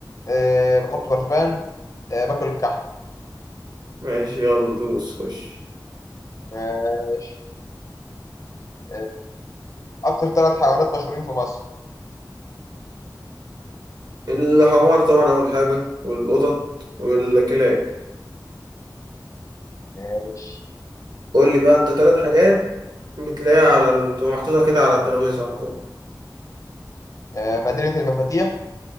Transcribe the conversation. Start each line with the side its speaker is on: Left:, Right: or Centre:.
Left: أه بحط برفان أه باكل كحك
Right: ماشي يلا دوس خش
Left: ماشي أه أكتر ثلاث حيوانات مشهورين في مصر
Right: الحمار طبعا أول حاجة والقطط والكلاب
Left: ماشي
Right: قول لي بقى أنت ثلاث حاجات بتلاقيها على ال- تبقى محطوطة كده على الترابيزة على طول
Left: أه مدينة المفاتيح